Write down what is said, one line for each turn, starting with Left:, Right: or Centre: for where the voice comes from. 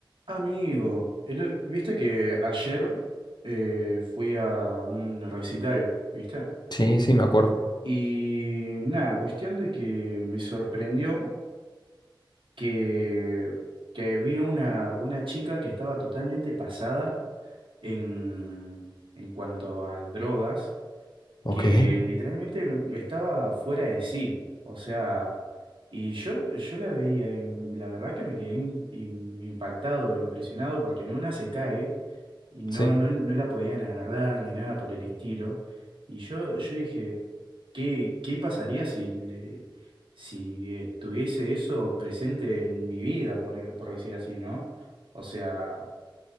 Right: Amigo, el- viste que ayer eh, fui a un recital, ¿viste?
Left: Sí, sí, me acuerdo.
Right: Y nada, cuestión de que me sorprendió que, que vi una, una chica que estaba totalmente pasada en, en cuanto a drogas.
Left: Ok.
Right: que literalmente estaba fuera de sí. O sea, y yo, yo la veía y la verdad que me quedé im- im- impactado, impresionado, porque en una se cae y no,
Left: Sí.
Right: no, no la podían agarrar ni nada por el estilo. Y yo, yo dije, ¿qué, qué pasaría si, le- si estuviese eso presente en mi vida, por, por decir así, ¿no? O sea,